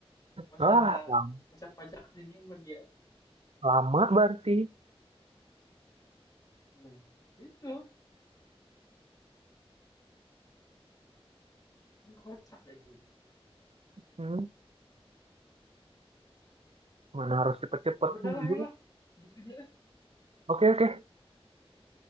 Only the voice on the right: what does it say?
Ah, lam-
lama berarti.
Hmm, mana harus cepet-cepet
dulu.
Oke, oke.